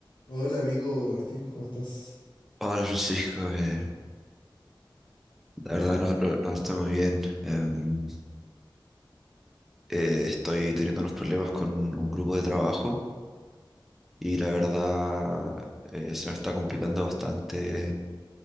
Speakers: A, on the left; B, in the centre.
A: Hola amigo Martín, ¿cómo estás?
B: Hola Francisco, eh, la verdad no, no- no estoy muy bien. Em, eh, estoy teniendo unos problemas con un grupo de trabajo y la verdad eh, se me está complicando bastante